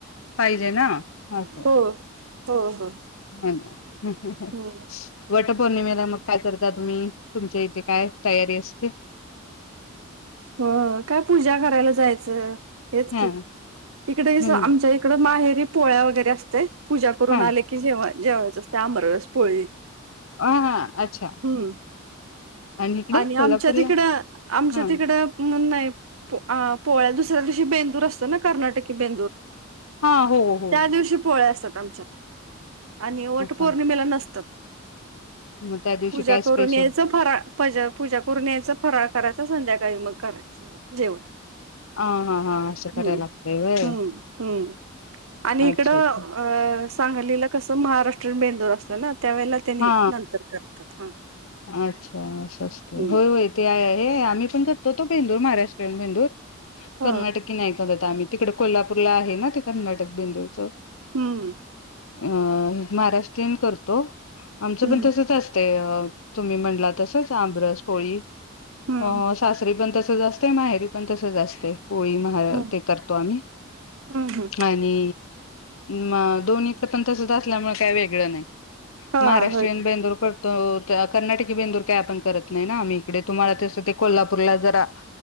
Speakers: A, on the left; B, on the right.
A: पाहिजे ना. अस
B: हो हो हो
A: हा ना हहह
B: हम्म
A: वट पौर्णिमेला मग काय करता तुम्ही तुमच्या इथे काय तयारी असते.
B: हो काय पूजा करायला जायचं हेच
A: हा
B: की इकडे
A: हम्म
B: आमच्या तकड माहेरी पोळ्या वगैरे असतयं पूजा करून
A: हा
B: आले की जेव जेवायच असते अमरस, पोळी.
A: हा हा अच्छा.
B: हम्
A: इकडे
B: आणि आमच्या
A: कोल्हापूरला
B: तिकडं आमच्या
A: हा
B: तिकडं नाही पोळ्या दुसऱ्या दिवशी बेंदूर असतो ना कर्नाटकी बेंदूर.
A: हा हो हो
B: त्या दिवशी पोळ्या असतात आमच्यात. आणि वट
A: अच्छा
B: पौर्णिमेला नसतात
A: मग त्या दिवशी
B: पूजा
A: काय स्पेशल
B: करून यायचं फरा पूजा करून यायचं फराळ करायच संध्याकाळी मग करायचं जेवण.
A: हा हा हा असं
B: हम्
A: करायला लागतंय व्हय
B: हम्म हम्म आणि इकडं
A: अच्छा अच्छा
B: अ सांगलीला कसं महाराष्ट्रीयन बेंदूर असतो ना त्यावेेळेला त्यांनी
A: हा
B: नंतर करतात हा
A: अच्छा असं असतंय
B: हम्म.
A: होय होय ते आहे आहे आम्ही पण करतोतो बेंदूर महाराष्ट्रीयन बेंदूर.
B: हा
A: कर्नाटकी नाही करत आम्ही तिकड कोल्हापूरला आहे ना ते कर्नाटक बेंदूर च.
B: हम्म
A: अ महाराष्ट्रीयन करतो आमचं
B: हम्म
A: पण तसच असतयं अ तुम्ही म्हणला तसच आमरस, पोळी
B: हम्म
A: ह सासरी पण तसचा असतयं माहेरी पण तस जा असत पोळी मण
B: हम्म
A: ते करतो आम्ही
B: हम्म
A: आणि म दोन्हीकडे पण तसच असल्यामुळे काय वेगळं नाही
B: हा
A: महाराष्ट्रीयन
B: होय की.
A: बेंदूर करतो हो तो कर्नाटकी बेंदूर काय आपण करत नाही ना आम्ही इकडे तुम्हाला तसं ते कोल्हापूरला जरा